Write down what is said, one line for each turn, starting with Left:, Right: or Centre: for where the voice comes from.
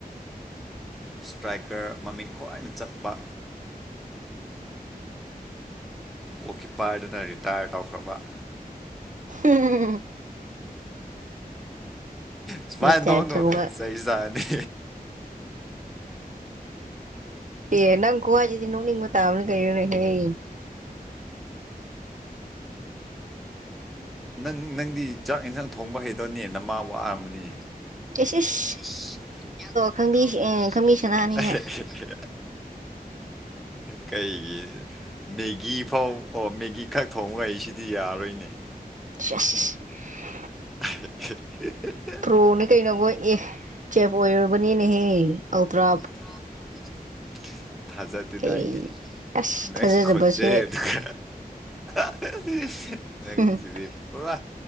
Centre: ꯏꯁ꯭ꯇ꯭ꯔꯥꯏꯀꯔ ꯃꯃꯤꯡ ꯈ꯭ꯋꯥꯏꯅ ꯆꯠꯄ ꯒꯣꯜꯀꯤꯞꯄꯔꯗꯨꯅ ꯔꯤꯇꯥꯌꯔ ꯇꯧꯈ꯭ꯔꯕ
Right: ꯎꯝ
Centre: ꯁꯨꯃꯥꯏ
Right: ꯔꯤꯆꯥꯔꯖ
Centre: ꯅꯣꯅꯣ
Right: ꯇꯧꯕ
Centre: ꯅꯩꯖꯥꯅꯤ
Right: ꯑꯦ ꯅꯪ ꯈꯨꯍꯥꯏꯁꯤꯗꯤ ꯅꯣꯛꯅꯤꯡꯕ ꯇꯥꯕꯅꯦ ꯀꯩꯅꯣ ꯅꯦ ꯍꯦ
Centre: ꯅꯪ ꯅꯪꯗꯤ ꯆꯥꯛ ꯏꯟꯁꯥꯡ ꯊꯣꯡꯕ ꯍꯩꯇꯕꯅꯤ ꯅꯃꯥꯥ ꯋꯥꯔꯝꯃꯅꯤ
Right: ꯏꯁ ꯏꯁ
Centre: ꯑꯦꯁ ꯑꯦꯁ ꯌꯥꯝ ꯈꯪꯕꯗꯣ
Right: ꯈꯪꯕꯤ ꯑꯦ
Centre: ꯈꯪꯕꯤꯈ꯭ꯔꯦ
Right: ꯈꯪꯕꯤ ꯁꯅꯥꯅꯤꯅ
Centre: ꯈꯪꯕꯤꯈ꯭ꯔꯦ ꯀꯩꯒꯤ ꯃꯦꯒꯤ ꯐꯥꯎ ꯑꯣ ꯃꯦꯒꯤ ꯈꯛ ꯊꯣꯡꯕ ꯍꯩꯁꯤꯗꯤ ꯌꯥꯔꯣꯏꯅꯦ
Right: <unintelligible>
Centre: <unintelligible>
Right: ꯄ꯭ꯔꯣꯅꯤ ꯀꯩꯅꯣ ꯈꯣꯏ ꯑꯦ ꯆꯦꯐ ꯑꯣꯏꯔꯕꯅꯤꯅꯦ ꯍꯦ ꯑꯥꯜꯇ꯭ꯔꯥ
Centre: <unintelligible> ꯊꯖꯥꯗꯦꯗ
Right: ꯀꯩ
Centre: ꯑꯩꯗꯤ
Right: ꯑꯁ
Centre: ꯅꯪꯒꯤ
Right: ꯊꯥꯖꯗꯕꯁꯦ
Centre: ꯈꯣꯟꯖꯦꯜꯗꯨꯒ <unintelligible> ꯅꯪꯁꯤꯗꯤ
Right: ꯎꯝ
Centre: ꯄꯨꯔꯥ